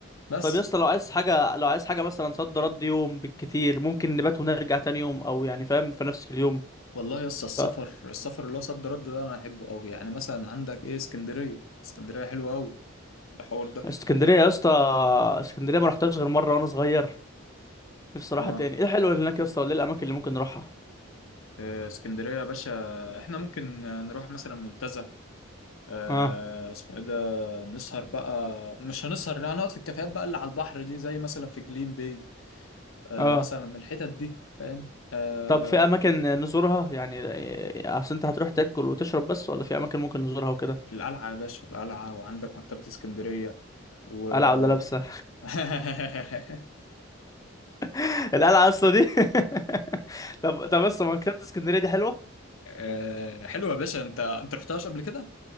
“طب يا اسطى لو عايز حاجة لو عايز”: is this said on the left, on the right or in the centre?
Left